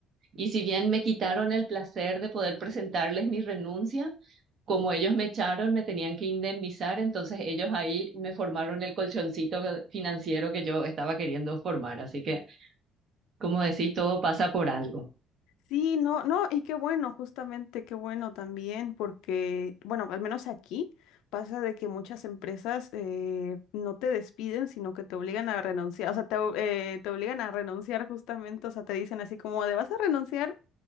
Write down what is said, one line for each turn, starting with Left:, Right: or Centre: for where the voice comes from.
Right: Y si bien me quitaron el placer de poder presentarles mi renuncia, como ellos me echaron, me tenían que indemnizar, entonces ellos ahí me formaron el colchoncito que- financiero que yo estaba queriendo formar. Así que, como decís, todo pasa por algo.
Left: Sí, no, no, y qué bueno, justamente, qué bueno también, porque, bueno, al menos aquí pasa de que muchas empresas eh, no te despiden, sino que te obligan a renunciar, o sea, te, o- eh, te obligan a renunciar justamente, o sea, te dicen así como de vas a renunciar,